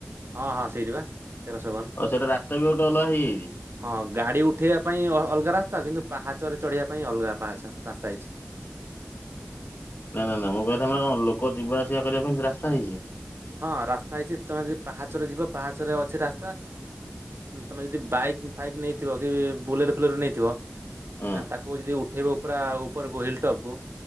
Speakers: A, on the right (about 80°); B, on the left (about 55°).
A: ହଁ ହଁ ସେଇଟି ବା। ତେରଶହ ବାଉନ
B: ଓ ସେଇଟା ରାସ୍ତା ବି ଗୋଟେ ଅଲଗା ହେଇଯାଇଛି?
A: ହଁ ଗାଡି ଉଠେଇବା ପାଇଁ ଅ ଅଲଗା ରାସ୍ତା କିନ୍ତୁ ପାହାଚରେ ଚଢ଼ିବା ପାଇଁ ଅଲଗା ପାହାଚ ରାସ୍ତା ହେଇଛି।
B: ନା ନା ନା ମୋ କହିଲା ମାନେ କଣ ଲୋକ ଯିବା ଆସିବା କରିବା ପାଇଁ ଏ ରାସ୍ତା ହେଇଛି?
A: ହଁ ରାସ୍ତା ହେଇଛି ତମେ ଯଦି ପାହାଚରରେ ଯିବ ପାହାଚରେ ଅଛି ରାସ୍ତା ତମେ ଯଦି ବାଇକ୍ ଫାଇକ୍ ନେଇଥିବ କି ବୁଲେଟ ଫୁଲେଟ ନେଇଥିବ
B: ହଁ
A: ଆ ତାକୁ ଯଦି ଉଠେଇବ ପୁରା ଉପରକୁ ହିଲଟପ୍ କୁ